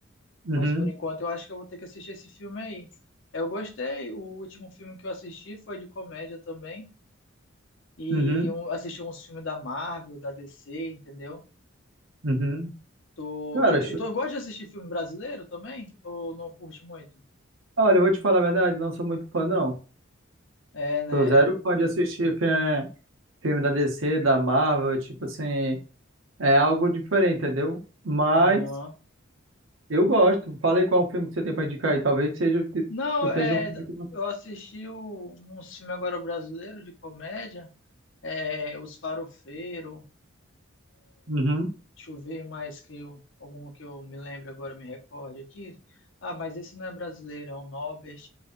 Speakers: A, on the right; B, on the left.
A: Uhum,
B: Mas por enquanto eu acho que eu vou ter que assistir esse filme aí. Eu gostei, o último filme que eu assisti foi de comédia também. E
A: uhum,
B: um, assisti uns filmes da Marvel, da DC, entendeu?
A: uhum.
B: Tu,
A: Cara,
B: eu, te-
A: cho-
B: tu gosta de assistir filme brasileiro também? Ou não curte muito?
A: olha, eu vou te falar a verdade, não sou muito fã, não.
B: É, né?
A: Sou zero fã de assistir fi- filme da DC, da Marvel, tipo assim. É algo diferente, entendeu? Mas
B: Aham.
A: eu gosto. Falei qual é o filme que você tem pra indicar aí. Talvez seja que
B: Não,
A: tu esteja
B: é,
A: um filme que... não-
B: eu assisti o, um filme agora brasileiro de comédia, é, Os Farofeiro,
A: Uhum,
B: deixa eu ver mais que eu, algum que eu me lembro agora, me recorde aqui. Ah, mas esse não é brasileiro, é o Norbert.